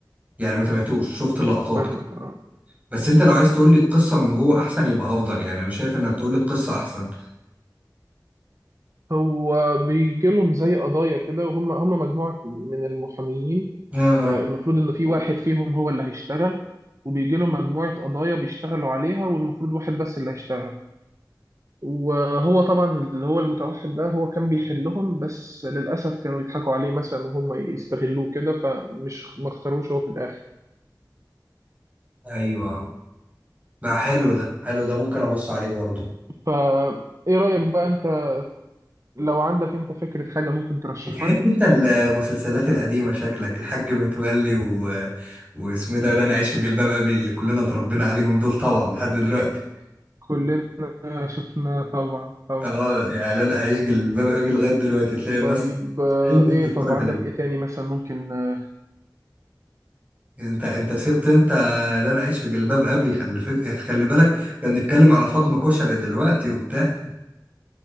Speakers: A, on the right; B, on the right.
A: يعني ما تابعتوش شفت اللقطات
B: فاهمك
A: كده
B: آه.
A: بس انت لو عايز تقول لي القصه من جوه احسن يبقى افضل يعني انا شايف انك تقول لي القصه احسن
B: هو بيجي لهم زي قضايا كده وهم هم مجموعة من المحاميين
A: اه آه.
B: آه، المفروض إن في واحد فيهم هو اللي هيشتغل وبيجي لهم مجموعة قضايا بيشتغلوا عليها والمفروض واحد بس اللي هيشتغل وهو طبعا اللي هو المتوحد ده هو كان بيحلهم بس للأسف كانوا يضحكوا عليه مثلا وهم يستغلوه كده فمش ما اختاروش هو في الآخر
A: ايوه بقى حلو ده حلو ده ممكن ابص عليه برضه
B: فا إيه رأيك بقى أنت لو عندك أنت فكرة حاجة ممكن ترشحها
A: بتحب
B: لي
A: انت المسلسلات القديمه شكلك الحاج متولي و... واسمه إيه ده لا انا عايش في جلباب ابي اللي كلنا اتربينا عليهم دول طبعا لحد دلوقتي
B: كلنا شفنا طبعا طبعا
A: اه يعني لا انا عايش جلباب ابي لغايه دلوقتي تلاقي الناس
B: طيب آه،
A: دايما
B: ايه
A: بتتفرج
B: طب عندك
A: عليه
B: ايه تاني مثلا ممكن آه،
A: انت انت سبت انت لا انا عايش في جلباب ابي خلي فك... خلي بالك كان بنتكلم على فاطمه كشري دلوقتي وبتاع